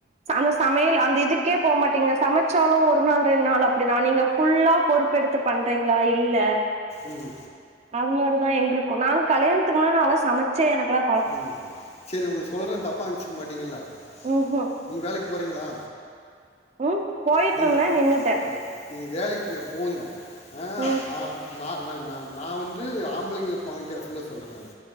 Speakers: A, on the right (about 40°); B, on the left (about 35°).
A: அந்த சமையல் அந்த இதுக் கே போ மாட்டீங்க சமச்சாலுமஒரு நாள் ரெண்டு நாள் அப்டிதா நீங்க ஃபுல்லா பொறுப்பெடுத் பண்றீங்ளா இல்ல
B: ம்
A: அது மாரிதா எங்ளுக்கு நாங் கல்யாணத்துக்கு முன்ன நால்லா சமச்சே எனக்குலா
B: ம் செரி ஒன்னு சொல்றே தப்பா நென்ச்சிக்க மாட்டிங்கல
A: ம் ம்
B: நீங் வேலைக்கு போறீங்களா
A: ம் போயிட்டு
B: நீங்க
A: இருந்தேன் நின்னுட்டேன்
B: ம் நீங்க வேலைக்கு ந போங்க ஆ
A: ம்
B: ஆ நா ந ந நா வந்து ஆம்பளைங்ள பாயிண்ட் ஆஃப்ல சொல்றே நானு